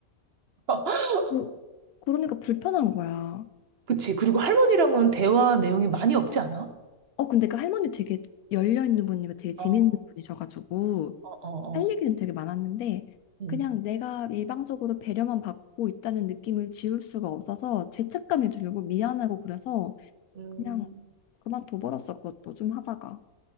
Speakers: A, on the right; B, on the left.
A: <laughs>
B: 그- 그러니까 불편한 거야.
A: 그치. 그리고 할머니랑은 대화 내용이 많이 없지 않아?
B: 어, 근데 그 할머니 되게 열려있는 분이고 되게 재밌는
A: 어,
B: 분이셔가지고
A: 어, 어.
B: 할 얘기는 되게 많았는데
A: 음.
B: 그냥 내가 일방적으로 배려만 받고 있다는 느낌을 지울 수가 없어서 죄책감이 들고 미안하고 그래서
A: 음.
B: 그냥 그만둬버렸어 그것도 좀 하다가